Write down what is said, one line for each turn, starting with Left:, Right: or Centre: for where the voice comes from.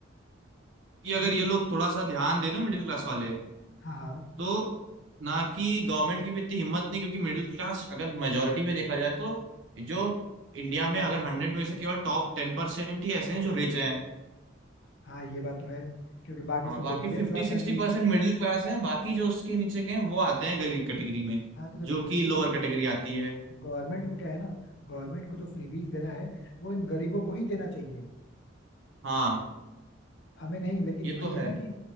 Right: कि अगर
Left: अभी
Right: ये
Left: तो
Right: लोग थोड़ा सा ध्यान देना मिडिल क्लास वाले
Left: हाँ हाँ
Right: तो ना कि गवर्नमेंट की भी इतनी हिम्मत नहीं क्योंकि मिडिल क्लास अगर मेजोरिटी में देखा जाए तो जो इंडिया में अगर हंड्रेड में से केवल टॉप टेन परसेंट ही ऐसे हैं जो रिच हैं
Left: हाँ ये बात तो है क्योंकि बाकी
Right: हाँ
Left: सब
Right: बाकी
Left: लोग मिडिल
Right: फिफ्टी
Left: क्लास
Right: सिक्सटी
Left: फैमिली
Right: परसेंट मिडिल क्लास है बाकी जो उसके नीचे के हैं वो आते हैं गरीब कैटेगरी में
Left: हाँ तो देखो
Right: जो कि
Left: देखो
Right: लोअर कैटेगरी आती है
Left: गवर्नमेंट को क्या है ना गवर्नमेंट को जो फ्रीबीज देना है वो इन गरीबों को ही देना चाहिए
Right: हाँ
Left: हमें नहीं लेकिन
Right: ये
Left: वही
Right: तो
Left: है
Right: है
Left: ना कि